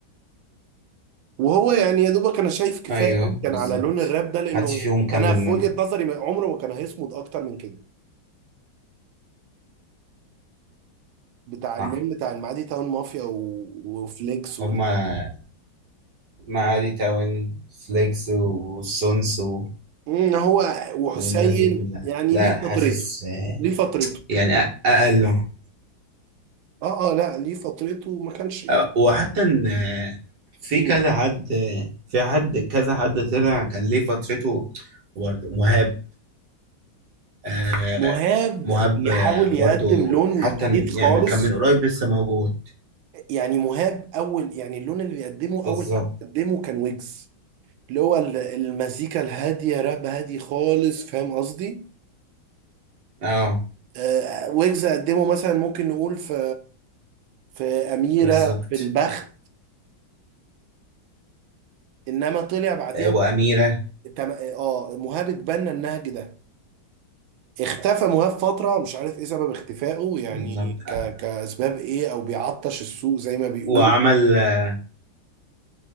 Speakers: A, on the right; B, on the right.
A: وهو يعني يا دوبك أنا شايف كفاية
B: ايوه
A: أوي كان
B: بالظبط
A: على لون الراب ده لأنه
B: محدش فيهم كمل
A: أنا في
B: نجم
A: وجهة نظري ما- عمره ما كان هيصمد أكتر من كده بتاع
B: صح
A: اللون بتاع المعادي تاون مافيا و... وفليكس و...
B: هما معادي تاون فليكس والسونس و-
A: مم، هو وحسين
B: والناس دي كلها
A: يعني
B: لا
A: ليه فترته
B: حاسس آه،
A: ليه فترته
B: يعني أ- أقلهم
A: اه اه لا ليه فترته ما كانش
B: آه، وحتى إن آه، في
A: يعني
B: كذا حد آه، في حد كذا حد طلع كان ليه فترته برضه مهاب آه،
A: مهاب
B: مهاب
A: بيحاول
B: آه، برضه
A: يقدم لون
B: حتى
A: جديد خالص
B: يعني كان من قريب لسه موجود
A: يعني مهاب اول يعني اللون اللي بيقدمه
B: بالظبط
A: اول حد قدمه كان ويجز اللي هو ال- المزيكا الهاديه راب هادي خالص فاهم قصدي
B: اه
A: آه، ويجز قدمه مثلا ممكن نقول في في اميره
B: بالظبط
A: في البخت انما طلع بعديها
B: آه، وأميرة
A: تم- اه مهاب اتبنى النهج ده اختفى مهاب فتره مش عارف ايه سبب اختفائه يعني
B: بالظبط
A: ك...
B: آه،
A: كاسباب ايه او بيعطش السوق زي ما بيقول
B: وعمل آه،